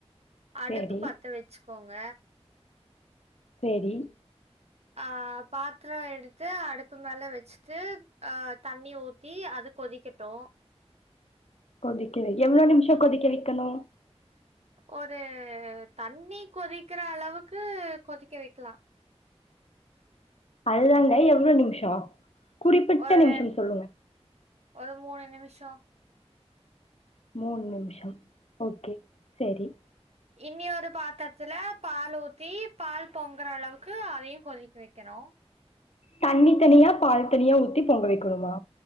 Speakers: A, on the right; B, on the left.
A: அடுப்பு
B: சேரி
A: பத்த வச்சுக்கோங்க
B: சேரி
A: ஆ பாத்ரோ எடுத்து அடுப்பு மேல வச் சு ஆ தண்ணி ஊத்தி அது கொதிக்கட்டு
B: கொதிக்கனு எவ்ளோ நிமிஷோ கொதிக்க வைக்கணு
A: ஒரு தண்ணி கொதிக்கற அளவுக்கு கொதிக்க வைக்கலா
B: அதுதாங்க எவ்ளோ நிம்ஷோ குறிப்பிட்ட
A: ஒரு
B: நிமிஷம் சொல்லுங்க
A: ஒரு மூணு நிமிஷோ
B: மூணு நிம்ஷோ ஓகே சேரி
A: இன்னி ஒரு பாத்திரத்துல பால் ஊத்தி பால் பொங்குற அளவுக்கு அதையு கொதிக்க வைக்கணு
B: தண்ணி தனியா பால் தனியா ஊத்தி பொங்க வைக்கணுமா